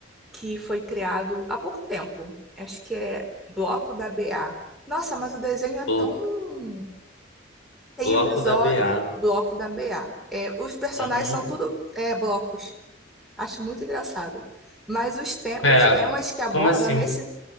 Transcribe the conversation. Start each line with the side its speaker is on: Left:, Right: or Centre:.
Centre: que foi criado há pouco tempo. Acho que é Bloco da BA. Nossa, mas o desenho é tão.
Left: blo-
Centre: Tem
Left: bloco
Centre: episódio
Left: da BA.
Centre: Bloco da BA. É, os personagens
Left: Uhum.
Centre: são tudo é, blocos. Acho muito engraçado. Mas os, te...
Left: Pera,
Centre: os temas que aborda
Left: como assim?
Centre: nesse